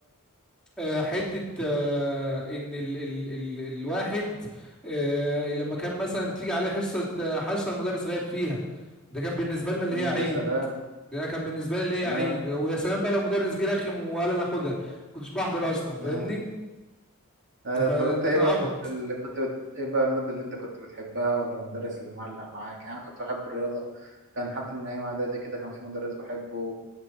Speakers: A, in the centre; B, on the right.
A: آه، حتة آه، إن ال ال ال الواحد آه، لما كان مثلا تيجي عليه حصة آه، حصة المدرس غايب فيها ده كان بالنسبة لنا اللي
B: مم،
A: هي عيد
B: يا سلام
A: ده كان بالنسبه لي
B: يا
A: ليا
B: سلام
A: عيد ويا سلام بقى لو مدرس جه رخم وقال انا اخدها كنتش بحضر اصلا فاهمني
B: آه. آه
A: فده
B: طب انت ايه
A: كان
B: بقى
A: عبط
B: المادة اللي كنت بت... ايه بقى المادة اللي انت كنت بتحبها ولا المدرس اللي معلق معاك يعني انا كنت بحب الرياضة كان حتى من ايام اعدادي كده كان في مدرس بحبه